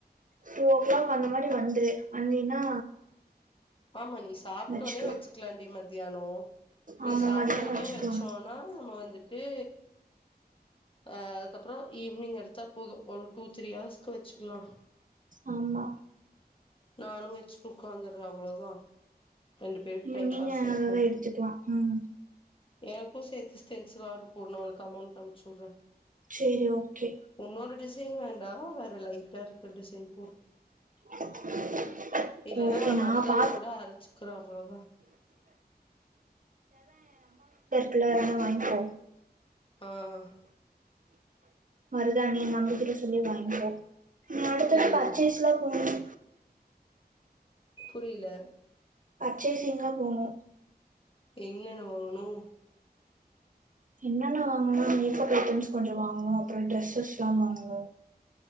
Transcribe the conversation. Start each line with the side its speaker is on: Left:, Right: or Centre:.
Right: டூ ஓ கிளாக் அந்த மாரி வந்துரு வந்தீன்னா
Left: ஆமா நீ சாப்டவுன்னே
Right: வச்சுக்கலா
Left: வெச்சுக்கலாண்டி மத்தியானோ நீ
Right: ஆமா
Left: சாப்டவுன்னே
Right: மதியானோ வச்சுக்கலா
Left: வெச்சோன்னா நம்ம வந்துட் ட்டு ஆ அதுக்கப்புறோ ஈவி்னிங் எடுத்தா போது ஒரு டூ த்ரீ ஹவர்ஸ்க்கு வெச்சுக்கலா
Right: ஆமா
Left: நானு வெச்சுட்டு உக்காந்த அது அவ்ளோதா ரெண்டு பேருக்கு
Right: ஈவினிங்
Left: டைம் பாஸ்
Right: அததான்
Left: ஆயிக்கு
Right: எடுத்துக்கலாம் ம்
Left: எனக்கு சேத்து ஸ்டென்ஸில் ஆர்டர் போடு நா உனக்கு அமௌன்ட் அனுப்புச்சுவிட்றே
Right: சரி ஓகே
Left: உன்னோட டிஷ் டிசைன் வேண்டா வேற லைட்டா இருக்குற டிசைன் போடு
Right: <inaudible>
Left: இல்லனா
Right: ஓகே
Left: நா மருதாணி
Right: நான் பா
Left: கூட அரச்சுக்குற அவ்ளோதா
Right: ட்ல இருந்தா வாங்கிப்போ
Left: ஆஹ்
Right: மருதாணி நம்பகிட்ட சொல்லி வாங்குறோ இன்ன அடுத்தது
Left: ம்
Right: பர்சேஸ்லா போகணு
Left: புரியில
Right: பர்சேசிங்லா போனோ
Left: என்னென்ன வாங்கணு
Right: என்னென்ன வாங்கணுன்னா மேக்கப் ஐட்டம்ஸ் கொஞ்ச வாங்கணு அப்றோ ட்ரெஸ்ஸஸ்லா வாங்கணு